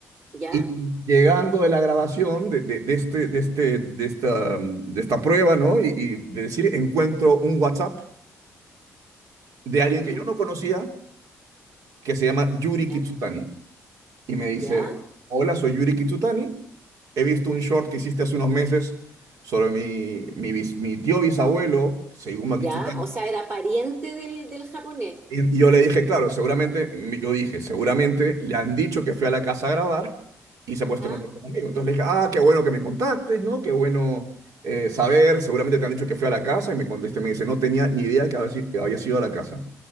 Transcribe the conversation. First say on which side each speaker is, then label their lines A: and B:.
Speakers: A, on the right; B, on the right.
A: ya.
B: Y llegando de la grabación de, de, de este, de, este, de, esta, mm, de esta prueba, ¿no? Y, y de decir,
A: Ujú,
B: encuentro un WhatsApp de
A: ujú,
B: alguien que yo no conocía, que se llama Yuri
A: Ya,
B: Kitsutani. y me dice,
A: ya,
B: hola, soy Yuri Kitsutani, he visto un short que hiciste hace unos meses sobre mi, mi, bis- mi tío bisabuelo, Seiguma
A: ya.
B: Kitsutani,
A: O sea, era pariente del, del japonés.
B: y y yo le dije, claro, seguramente, yo dije, seguramente le han dicho que fui a la casa a grabar y se
A: Ajá,
B: ha puesto en contacto conmigo. Entonces le dije, ah, qué bueno que me contactes, ¿no? Qué bueno eh, saber, seguramente te han dicho que fui a la casa y me contesta me dice, no tenía ni idea que había, si- que había sido a la casa.